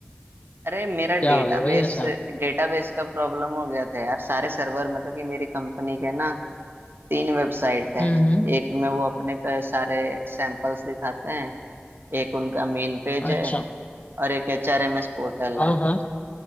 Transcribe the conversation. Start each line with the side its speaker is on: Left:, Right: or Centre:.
Right: अरे मेरा
Left: क्या
Right: डेटाबेस
Left: हो गया भाई ऐसा
Right: डेटाबेस का प्रॉब्लम हो गया था यार सारे सर्वर मतलब कि मेरी कंपनी के ना तीन वेबसाइट हैं
Left: हम्म हम्म
Right: एक में वो अपने का सारे सैंपल्स दिखाते हैं एक उनका मेन पेज
Left: अच्छा
Right: है और एक एचआरएमएस पोर्टल
Left: हाँ
Right: है
Left: हाँ